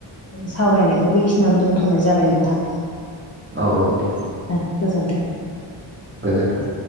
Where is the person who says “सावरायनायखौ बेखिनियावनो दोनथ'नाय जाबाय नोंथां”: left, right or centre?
Left